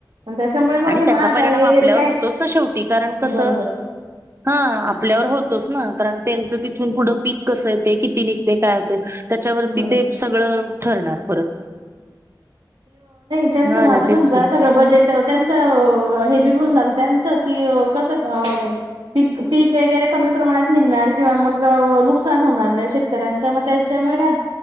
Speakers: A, on the right (about 85°); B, on the right (about 35°).
A: त्याच्यामुळे मग
B: आणि
A: हे
B: त्याचा
A: महागाई
B: परिणाम
A: वगैरे
B: आपल्यावर
A: काय
B: होतोच ना शेवटी कारण कसं
A: बरोबर.
B: हा आपल्यावर होतोच ना कारण त्यांचं तिथून पुढं पीक कसं येते किती नि. ते काय होते त्याच्यावरती
A: बरोबर
B: ते सगळं ठरणार परत.
A: त्यांच
B: हा
A: मग
B: ना तेच
A: समजा
B: की
A: सगळं बजेट त्यांच हेी म्हणून जात. त्यांचं की कसं. पी पीक वगैरे कमी प्रमाणात निघणार किंवा मग नुकसान होणार शेतकऱ्यांच. ग त्याच्यामुळे